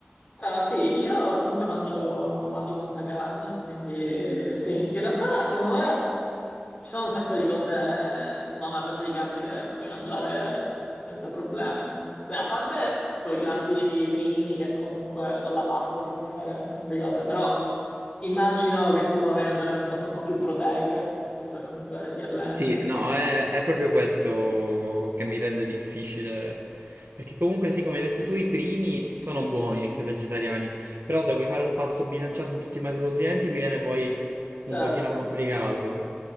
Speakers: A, on the left; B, on the right.
A: Ah, sì, io comunque mangio, non mangio tanta carne, quindi sì, in realtà secondo me ci sono un sacco di cose non a base di carne che puoi mangiare senza problemi. Beh, a parte poi i classici primi che comunque con la pasta si può fare un sacco di cose, però immagino che tu vorrai mangiare anche cose un po' più proteiche, visto che comunque ti alleni.
B: Sì, no, è, è proprio questo che mi rende difficile. Perché comunque sì, come hai detto tu, i primi sono buoni, anche vegetariani. Però se vuoi fare un pasto bilanciato in tutti i macronutrienti, mi viene poi
A: Certo.
B: un pochino complicato.